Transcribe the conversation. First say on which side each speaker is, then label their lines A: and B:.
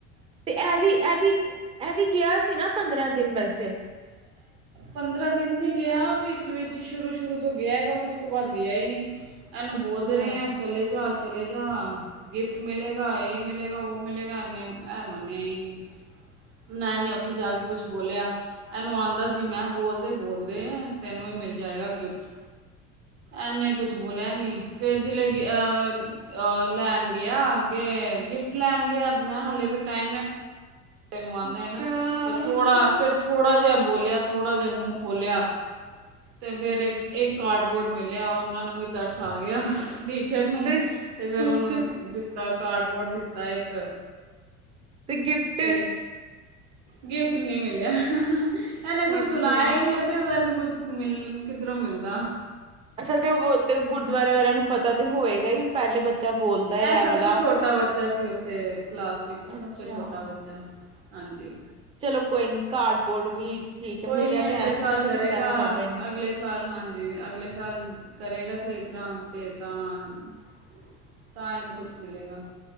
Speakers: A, on the right; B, on the right.
A: ਤੇ ਇਹ ਵੀ ਇਹ ਵੀ ਇਹ ਵੀ ਗਿਆ ਸੀ ਨਾ ਪੰਦਰਾਂ ਦਿਨ ਵੈਸੇ।
B: ਪੰਦਰਾਂ ਦਿਨ ਨੀ। ਗਿਆ ਵਿੱਚ ਵਿੱਚ ਸ਼ੁਰੂ ਸ਼ੁਰੂ ਤੋਂ ਗਿਆ ਬਸ ਉਸ ਤੋਂ ਬਾਅਦ ਗਿਆ ਹੀ ਨਹੀਂ। ਇਹਨੂੰ
A: ਅੱਛਾ,
B: ਬੋਲਦੇ ਰਹੇ ਆ ਚਲੇ ਜਾ। ਚਲੇ ਜਾ ਗਿਫਟ ਮਿਲੇਗਾ ਇਹ ਮਿਲੇਗਾ ਉਹ ਮਿਲੇਗਾ ਇੰਨੇ ਇਹ ਮੰਨਿਆ ਹੀ ਨਹੀਂ ਨਾ ਇਹਨੇ ਉੱਥੇ ਜਾ ਕੇ ਕੁਛ ਬੋਲਿਆ ਇਹਨੂੰ ਆਉਂਦਾ ਸੀ ਮੈਂ ਬੋਲਦੇ ਬੋਲਦੇ। ਗਏ ਆ ਤੈਨੂੰ ਵੀ ਮਿਲ ਜਾਏਗਾ ਗਿਫਟ ਇਨੇ ਕੁਛ ਬੋਲਿਆ ਨੀ ਫਿਰ ਜ ਅ ਅ ਲੈਣ ਗਿਆ ਅੱਗੇ ਗਿਫਟ ਲੈਣ ਗਿਆ ਮੈਂ ਕਿਹਾ ਹਾਲੇ ਵੀ ਟਾਈਮ ਹੈ। ਤੈਨੂੰ ਆਉਂਦਾ
A: ਅੱਛਾ,
B: ਹੈ ਨਾ ਫੇਰ ਥੋੜਾ
A: ਅੱਛਾ
B: ਫੇਰ ਥੋੜਾ ਜਿਹਾ। ਬੋਲਿਆ ਥੋੜ੍ਹਾ ਜਿਹਾ ਮੂੰਹ ਖੋਲਿਆ ਤੇ ਫੇਰ ਇਹ ਕਾਰਡਬੋਰਡ ਮਿਲਿਆ ਉਹਨਾਂ ਨੂੰ ਵੀ ਤਰਸ ਆ ਗਿਆ। ਟੀਚਰ ਨੂੰ
A: ਤੇ
B: ਤੇ ਫਿਰ ਉਹਨੂੰ
A: ਅੱਛਾ
B: ਦਿੱਤਾ। ਕਾਰਡਬੋਰਡ ਦਿੱਤਾ ਇੱਕ।
A: ਤੇ ਗਿਫਟ?
B: ਤੇ ਗਿਫਟ ਨਹੀਂ ਮਿਲਿਆ। ਇਹ ਨੇ ਕੁਛ
A: ਅੱਛਾ।
B: ਸੁਣਾਇਆ ਹੀ ਨਹੀਂ ਕੁਛ। ਮਿਲ ਕਿੱਧਰੋਂ ਮਿਲਦਾ।
A: ਅਛਾ ਤੇ ਉਹ ਬਹੁ ਗੁਰਦੁਆਰੇ ਵਾਲਿਆ ਨੂੰ ਪਤਾ। ਤੇ ਹੋਏਗਾ ਹੀ ਪਹਿਲੇ ਬੱਚਾ ਬੋਲਦਾ
B: ਇਹ ਸਭ
A: ਐ ਵਾਲਾ।
B: ਤੋਂ ਛੋਟਾ ਬੱਚਾ ਸੀ ਉੱਥੇ ਕਲਾਸ ਵਿੱਚ ਸਭ
A: ਅੱਛਾ।
B: ਤੋਂ ਛੋਟਾ ਬੱਚਾ ਹਾਂਜੀ।
A: ਚਲੋ ਕੋਈ ਨੀ ਕਾਰਡਬੋਰਡ ਵੀ। ਠੀਕ
B: ਕੋਈ
A: ਹੈ ਮਿਲਿਆ
B: ਨਹੀਂ ਅਗਲੇ
A: ਤੇ ਹੈ ਨਾ
B: ਸਾਲ
A: ਕੁਛ ਤਾਂ
B: ਕਰੇਗਾ
A: ਦਿੱਤਾ ਹੈ ਨਾ ਬਾਬਾ ਜੀ ਨੇ।
B: ਅਗਲੇ ਸਾਲ ਹਾਂਜੀ ਅਗਲੇ ਸਾਲ ਕਰੇਗਾ ਸਹੀ ਤਰ੍ਹਾਂ <unintelligible> ਤਾਂ ਇਹਨੂੰ ਕੁਛ ਮਿਲੇਗਾ